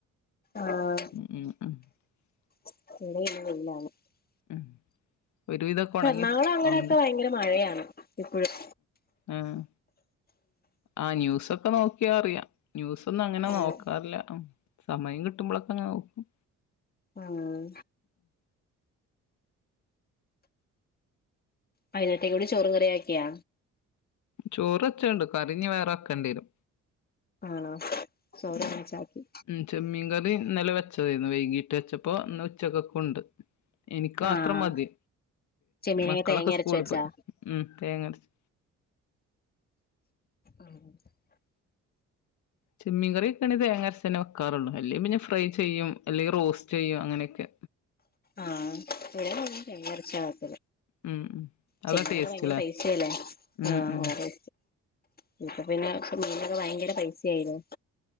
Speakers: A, on the left; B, on the left.
A: ആഹ
B: <unintelligible>
A: <unintelligible>
B: ഉം <unintelligible> ഉണങ്ങി
A: എറണാകുളം അങ്ങടൊക്കെ
B: ഉണങ്ങിട്ട്
A: ഭയങ്കര മഴയാണ് ഇപ്പഴും
B: ആഹ് ആ ന്യൂസൊ കൊക്കെ നോക്കിയാ അറിയാം ന്യൂസൊന്നും അങ്ങനെ
A: ആഹ്
B: നോക്കാറില്ല സമയം കിട്ടുമ്പോഴൊക്കെ അങ്ങനെ നോക്കും
A: ആഹ് വയനേരതേക്കൂടി ചോറും കറിയാക്കിയാ
B: ചോറ് വച്ചേണ്ട് കറിനി വേറെ വക്കേണ്ടി വരും
A: ആണോ ചോറ്
B: ഉം
A: ഒന്നിച്ചാക്കി
B: ഉം ചെമ്മീൻ കറി ഇന്നലവച്ച് ച്ചന്ന് വൈകീട്ട് വെച്ചപ്പോ ഇന്നുച്ചക്കകുണ്ട് എനിക്ക് മാത്രം
A: ആഹ്
B: മതി
A: ചെമ്മീനൊക്കെ
B: മക്കളൊക്കെ
A: തേങ്ങ അരച്ച്
B: സ്കൂളിൽ
A: വെച്ചാ
B: പോയി ഉം തേങ്ങ അരച്ച്
A: ആഹ് <unintelligible>
B: ചെമ്മിൻ കറിവക്കാണെകി തേങ്ങ അരച്ചെനെ വെക്കാറുള്ളൂ അല്ലേ പിന്നെ ഫ്രൈ ചെയ്യും അല്ലെങ്കിൽ റോസ്റ്റ് ചെയ്യും അങ്ങനെയൊക്കെ
A: ആഹ് ഇവിടെയും വെകൽ തേങ്ങരച്ച <unintelligible>
B: ഉം ഉം
A: ചെമ്മിനകെ
B: അതാ ടേസ്റ്റ്ല്ലേ
A: ഭയങ്കര പൈസ അല്ലേ
B: ഉം
A: ആഹ്
B: ഉം
A: <unintelligible> ഇപ്പ പിന്നെ മീനൊക്കെ ഭയങ്കര പൈസ ആയില്ലേ